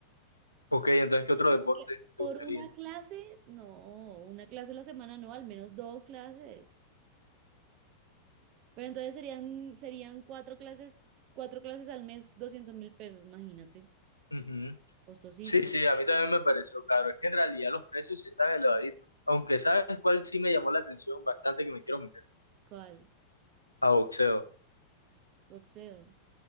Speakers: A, on the left; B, on the right.
A: Ok, entonces, ¿qué otro deporte
B: Porque Por
A: te gustaría?
B: una clase, no, una clase a la semana no, al menos dos clases. Pero entonces serían, serían cuatro clases, cuatro clases al mes, doscientos mil pesos, imagínate.
A: Ujú.
B: Costosísimo.
A: Sí, sí, a mí también me pareció caro. Es que en realidad los precios sí están elevaditos. Aunque sabes cuál sí me llamó la atención bastante que me quiero meter.
B: ¿Cuál?
A: A boxeo.
B: Boxeo.